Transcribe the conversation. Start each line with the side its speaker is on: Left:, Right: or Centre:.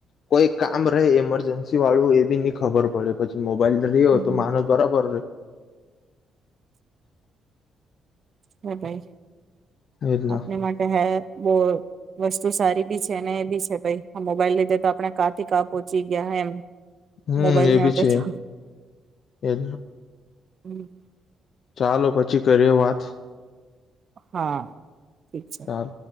Left: કોઈ કામ રહે ઈમરજન્સીવાળું, એ બી ની ખબર પડે પછી મોબ <unintelligible> હો
Right: હમ
Left: તો માણસ બરાબર
Right: હ ભાઈ
Left: એજ
Right: આપણી
Left: ના
Right: માટે હે બહુ વસ્તુ સારી બી છે, અને એ બી છે ભાઈ. આ મોબાઈલ લીધે તો આપણે કાં થી કાં પહોંચી ગયા એમ.
Left: હમ,
Right: મોબાઈલ
Left: એ
Right: મેળવતો
Left: બી છે.
Right: તો
Left: એજ
Right: હમ
Left: ચાલો, પછી કરીયે વાત.
Right: હા. ઠીક છે.
Left: ચાલ